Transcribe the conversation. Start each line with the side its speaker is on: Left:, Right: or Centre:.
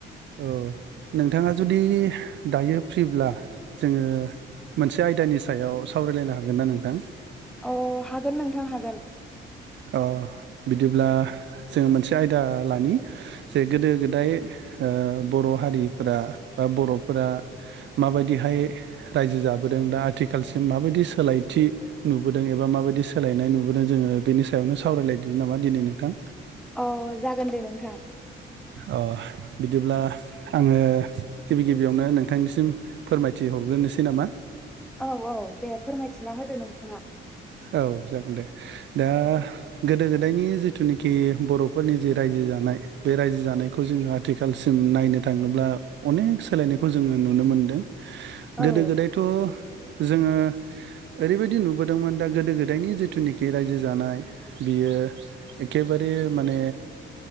Right: औ नोंथाङा जुदि दायो फ्रिब्ला जोंङो मोनसे आयदानि सायाव सावरायलायनो हागोन ना नोंथां?
Centre: अ हागोन नोंथां हागोन
Right: अ बिदिब्ला जोङो मोनसे आयदा लानि जे गोदो गोदाय ओ बर' हारिफोरा बा बर'फोरा माबायदिहाय रायजो जाबोदों? जों दा आथिखालसिम माबायदि सोलायथि नुबोदों एबा माबायदि सोलायनाय नुबोदों जोङो बेनि सायावनो सावरायलायदों नामा दिनै नोंथां?
Centre: अ जागोन दे नोंथां।
Right: अ बिदिब्ला आङो गिबि गिबियावनो नोंथांनिसिम फोरमायथि हरग्रोनोसै नामा?
Centre: औ औ दे फोरमायथिना होदो नोंथाङा
Right: औ जागोन दे दा गोदो गोदायनि जिथुनिखि बर'फोरनि जि रायजो जानाय बे रायजो जानायखौ जोङो आथिखालसिम नायनो थाङोब्ला अनेक सोलायनायखौ जोङो नुनो मोनदों। गोदो
Centre: औ
Right: गोदायथ' जोङो ओरैबायदि नुबोदोंमोन दा गोदो गोदायनि जिथुनिखि रायजो जानाय बियो एखेबारे माने